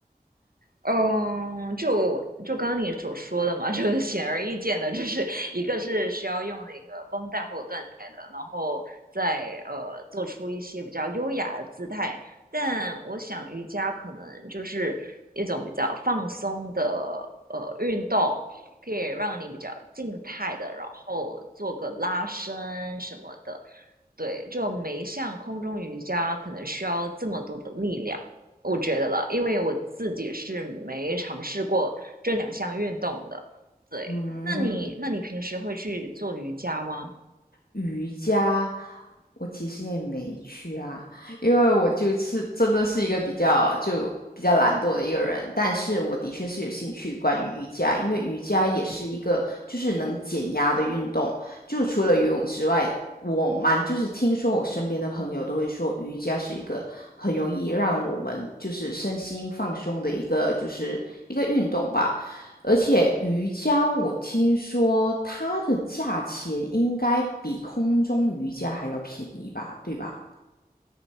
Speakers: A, on the right; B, on the left.
A: 嗯，就就刚刚你所说的嘛，<laughs> 就是显而易见的，就是一个是需要用那个绷带或者缎带的，然后再呃做出一些比较优雅的姿态。但我想瑜伽可能就是一种比较放松的呃运动，可以让你比较静态的，然后做个拉伸什么的。对，就没像空中瑜伽可能需要这么多的力量。我觉得了，因为我自己是没尝试过这两项运动的。对，
B: 嗯，
A: 那你那你平时会去做瑜伽吗？
B: 瑜伽，我其实也没去啊，因为我就是真的是一个比较就比较懒惰的一个人，但是我的确是有兴趣关于瑜伽，因为瑜伽也是一个就是能减压的运动，就除了游泳之外，我蛮就是听说我身边的朋友都会说瑜伽是一个很容易让我们就是身心放松的一个就是一个运动吧，而且瑜伽，我听说它的价钱应该比空中瑜伽还要便宜吧，对吧？